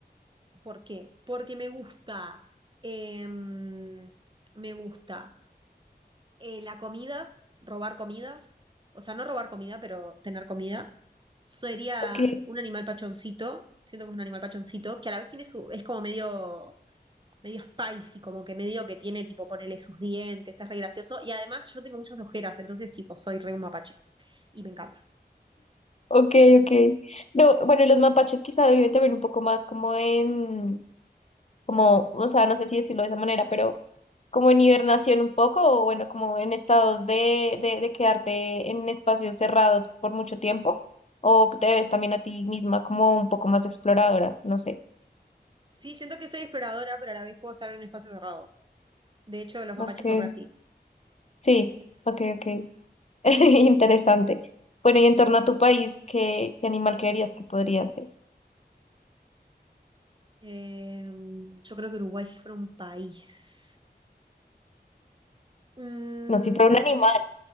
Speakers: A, on the right; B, on the left.
A: ¿Por qué? Porque me gusta, em, me gusta eh, la comida, robar comida, o sea, no robar comida, pero tener comida. Sería
B: Ok,
A: un animal pachoncito, siento que es un animal pachoncito, que a la vez tiene su, es como medio, medio spicy, como que medio que tiene, tipo, ponerle sus dientes, es re gracioso. Y además yo tengo muchas ojeras, entonces, tipo, soy re un mapache y me encanta.
B: ok, ok. No, bueno, los mapaches quizá viven también un poco más como en, como, o sea, no sé si decirlo de esa manera, pero como en hibernación un poco, o bueno, como en estados de, de, de quedarte en espacios cerrados por mucho tiempo, o te ves
A: ¿Mm?
B: también a ti misma como un poco más exploradora, no sé.
A: Sí, siento que soy exploradora, pero a la vez puedo estar en un espacio cerrado. De hecho, los mapaches
B: Ok,
A: son re así.
B: sí, ok, ok. <laughs> Interesante. Bueno, y en torno a tu país, ¿qué, qué animal creerías que podría ser?
A: Eh, yo creo que Uruguay si fuera un país. Mm,
B: No, si fuera un animal,